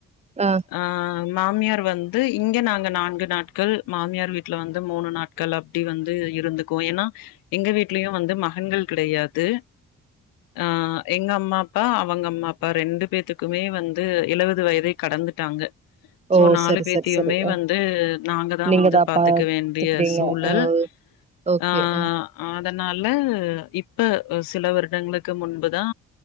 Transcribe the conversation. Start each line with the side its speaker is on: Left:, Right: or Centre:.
Right: ஆ
Left: அ மாமியார் வந்து இங்க நாங்க நான்கு நாட்கள் மாமியார் வீட்ல வந்து மூணு நாட் க்கள் அப்டி வந்து இருந்துக்குவோ ஏன்னா எங்க வீட்லயு வந்து மகன்கள் கிடையாது ஆ எங்க அம்மா அப் ப்பா அவங்க அம்மா அப்பா ரெண்டு பேத்துக்குமே வந்து எழுவது வயதை கடந்துட்டாங்க
Right: ஓ
Left: சோ நாலு
Right: சரி
Left: பேத்தயுமே
Right: சரி சரி ஆ
Left: வந்து நாங்கதா
Right: நீங்க
Left: வந்து
Right: தா
Left: பாத்துக்க
Right: பாத்துக்கிறீங்க
Left: வேண்டிய சூழல்
Right: ஆ ஓகே
Left: ஆ
Right: அ
Left: அதனால இப்ப சில வருடங்களுக்கு முன்புதா